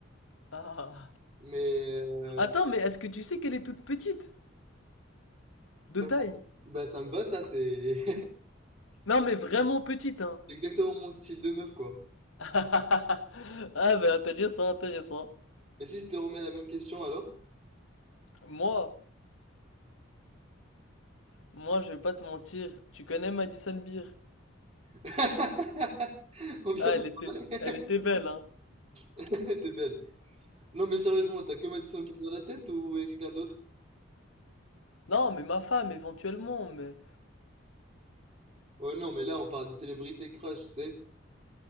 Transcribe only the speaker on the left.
Ah.
Attends, mais est-ce que tu sais qu'elle est toute petite? De
taille?
Non mais vraiment petite
hein.
<laughs> Ah bah intéressant, intéressant.
Moi, moi je vais pas te mentir, tu connais Madison Beer?
Ah
elle était,
elle était belle hein.
Non mais ma femme éventuellement, mais